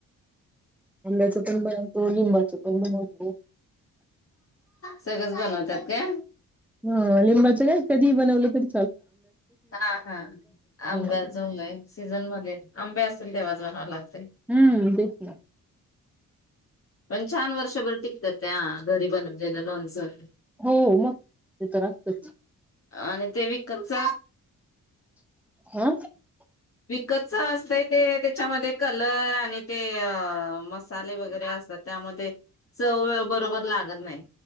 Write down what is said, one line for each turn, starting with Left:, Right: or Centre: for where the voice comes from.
Centre: अंब्याच पण बनवतो लिंबाचं पण बनवतो.
Left: सगळंच बनवतात का.
Centre: हा लिंबाच का कधी बनवलं कध
Left: हा हा आंब्याचंबय
Centre: हं.
Left: सीझन मध्ये आंबे असेल तेव्हा जाऊन आलात
Centre: हम्म बचला
Left: पंचाह्न वर्ष दोन टिकतात ते घरी बो सर
Centre: हो मग ते तर असतच.
Left: आणि ते विकतचा-
Centre: <unintelligible>
Left: विकत असतय ते त्याच्यामध्ये कलर आणि ते अ मसाले वगैरे असतात त्यामध्ये चव बरोबर लागत नाही